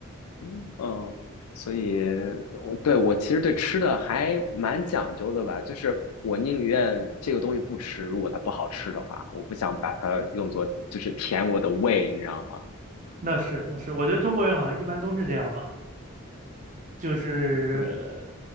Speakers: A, on the left; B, on the right.
A: <laughs> 嗯，所以我对我其实对吃的还蛮讲究的吧，就是我宁愿这个东西不吃，如果它不好吃的话，我不想把它用作就是填我的胃，你知道吗？
B: 那是那是，我觉得中国人好像一般都是这样吧，就是
A: 对，